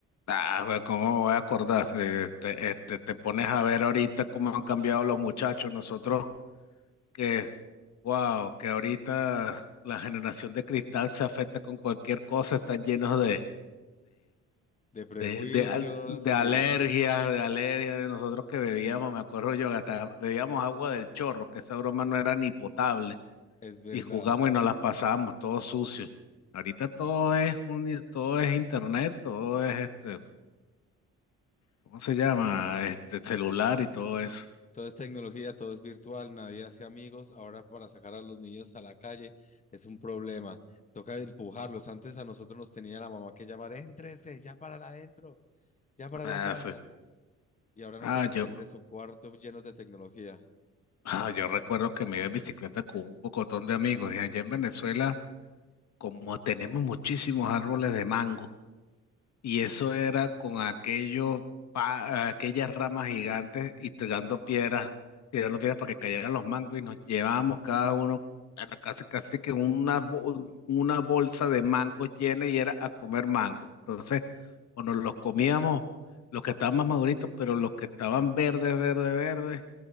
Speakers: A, on the left (about 65°); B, on the left (about 25°).
A: Ah, bueno, ¿cómo me voy a acordar? Eh, Este, este, te pones a ver ahorita cómo han cambiado los muchachos. Nosotros que, wow, que ahorita la generación de cristal se afecta con cualquier cosa, están llenos de,
B: De prejuicios,
A: De, de, al- de
B: sí,
A: alergias, de alergias, de nosotros que bebíamos, me acuerdo yo, que hasta bebíamos agua del chorro, que esa broma no era ni potable,
B: es verdad.
A: y jugamos y nos las pasábamos todo sucio. Ahorita todo es un, todo es internet, todo es este, ¿cómo se llama? Este celular y todo eso.
B: Todo es tecnología, todo es virtual, nadie hace amigos. Ahora para sacar a los niños a la calle es un problema. Toca empujarlos. Antes a nosotros nos tenía la mamá que llamar, éntrese, ya para adentro, ya para
A: Ah,
B: la casa.
A: sí.
B: Y ahora
A: Ah,
B: no quieren salir
A: yo,
B: de su cuarto llenos de tecnología.
A: <laughs> ah, yo recuerdo que me iba en bicicleta con un pocotón de amigos, y allá en Venezuela, como tenemos muchísimos árboles de mango, Y
B: Sí,
A: eso era con aquellos, pa- aquellas ramas gigantes y tirando piedras, tirando piedras para que cayeran los mangos y nos llevábamos cada uno era casi, casi que una, bo- una bolsa de mangos llena y era a comer mangos. Entonces, o nos los comíamos los que estaban más maduritos, pero los que estaban verdes, verdes, verdes,